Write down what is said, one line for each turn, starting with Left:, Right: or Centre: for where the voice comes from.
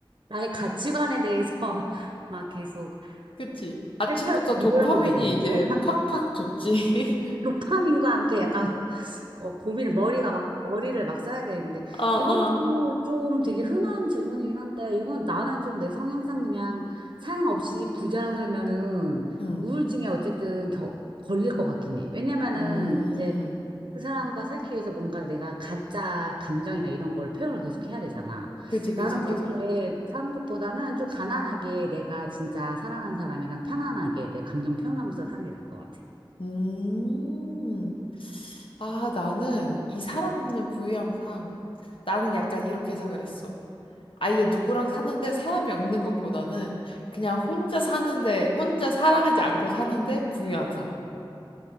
Right: 나의 가치관에 대해서 <laughs> 막 계속
Left: 그치? 아침부터
Right: 살펴
Left: 도파민이
Right: 뒤돌아보게 되는데.
Left: 이제
Right: <laughs>
Left: 팍팍 돋지. <laughs>
Right: 도파민과 함께 약간 어, 고민, 머리가 막, 머리를 막 써야 되는데.
Left: 어, 어.
Right: 이것도 좀 되게 흔한 질문이긴 한데, 이건 나는 좀 내 성향상 그냥 사랑 없이 부자로 살면은
Left: 응.
Right: 우울증에 어쨌든 겨, 걸릴 것 같긴 해. 왜냐면은
Left: 음.
Right: 이제 그 사람과 살기 위해서 뭔가 내가 가짜 감정이나 이런 걸 표현을 계속 해야 되잖아.
Left: 그지, 그지,
Right: 나는
Left: 맞아.
Right: 그렇게 사는 것보다는 좀 가난하게 내가 진짜 사랑하는 사람이랑 편안하게 내 감정 표현하면서 사는 게 나을 것 같아.
Left: 음. 아, 나는 이 사랑 없는 부유함 삶. 나는 약간 이렇게 해서 그랬어. 아예 누구랑 사는데 사람이 없는 것보다는 그냥 혼자 사는데 혼자 사랑하지 않고 사는데 부유한 삶.